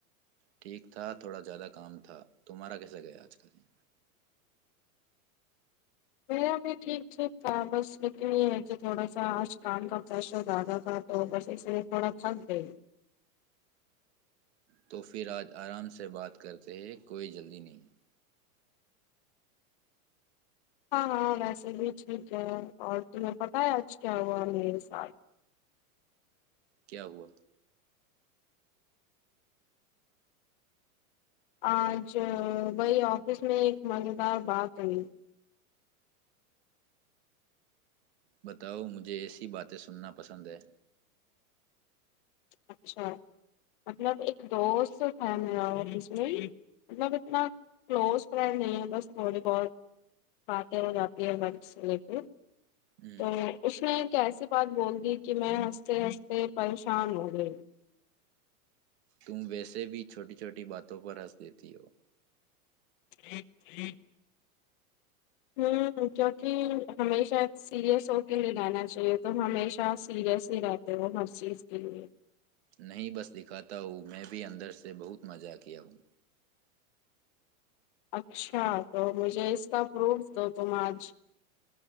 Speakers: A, on the right; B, on the left.
A: ٹھیک تھا تھوڑا زیادہ کام تھا تمہارا کیسا گیا آج کا دن
B: میرا بھی ٹھیک ٹھیک تھا بس لیکل یہ ہے کہ تھوڑا سا آج کان کا پریشر زیادہ تھا تو بس اسے تھوڑا تھک گئی
A: تو پھر آج آرام سے بات کرتے ہیں کوئی جلدی نہیں
B: ہاں ہاں ویسے بھی ٹھیک ہے اور تمہیں پتہ ہے آج کیا ہوا میرے سال
A: کیا ہوا
B: آج وہی آفس میں ایک مزیدار بات ہوی
A: بتاؤ مجھے ایسی باتیں سننا پسند ہے
B: اچھا مطلب ایک دوست تھا میرا آفس میں مطلب اتنا کلوز فرینڈ نہیں ہے بس تھوڑی بہت باتیں ہو جاتی ہے ر
A: ہوں،
B: تو اس میں کیسی بات بول گی کہ میں ہنستے ہنستے پریشان ہوں <unintelligible> جی <unintelligible>
A: تم ویسے بھی چھوٹی چھوٹی باتوں پر ہنس دیتی ہو
B: ٹھیک ٹھیک <inaudible> ہوں کیونکہ ہمیشہ سیریس ہو کے لیے رہنا چاہیے تو ہمیشہ سیریس ہی رہتے ہو ہر چیز کے لیے
A: نہیں بس دکھاتا ہوں میں بھی اندر سے بہت مزہ کیا ہوں
B: اچھا تو مجھے اس کا فروٹ دو تم اج